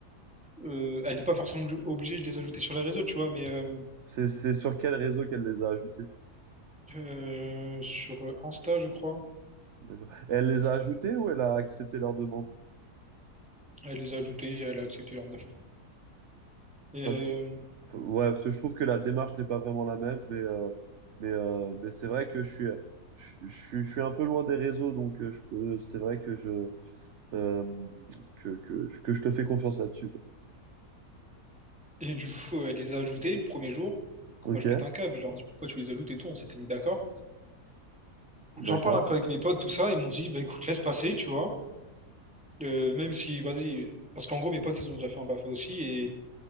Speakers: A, in the centre; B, on the right (about 55°).
A: euh, elle n'est pas forcément obligée de les ajouter sur les réseaux, tu vois, mais euh,
B: C'est c'est sur quel réseau qu'elle les a ajoutés?
A: euh, sur Insta, je crois,
B: D'accord. Elle les a ajoutés ou elle a accepté leur demande?
A: elle les a ajoutés, elle a accepté leur demande. Et,
B: Parce
A: euh,
B: que, ouais, parce que je trouve que la démarche n'est pas vraiment la même, mais, euh, mais, euh, mais c'est vrai que je suis, je, je suis je suis un peu loin des réseaux, donc euh, je peux, c'est vrai que je, euh, que, que, que je te fais confiance là-dessus, quoi.
A: et du coup, elle les a ajoutés le premier jour.
B: Ok,
A: Moi, je pète un câble, je leur dis pourquoi tu les ajoutes et tout, on s'était mis d'accord.
B: d'accord.
A: J'en parle un peu avec mes potes, tout ça, ils m'ont dit, bah écoute, laisse passer, tu vois. Euh, même si, vas-y, parce qu'en gros, mes potes, ils ont déjà fait un BAFA aussi, et